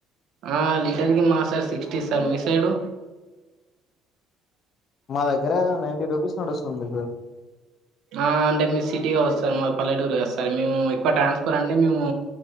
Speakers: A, on the right (about 60°); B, on the left (about 45°).
A: ఆ లీటర్ కి మా సార్ సిక్స్టీ సార్ మీ సైడు
B: మా దగ్గర నైంటీ రూపీస్ నడుస్తుంది ఇప్పుడు
A: ఆ అంటే మీ సిటీగా వస్తార్ మా పల్లెటూరుగాస్తార్ మేము ఎక్కువ ట్రాన్స్ఫర్ అంటే మేము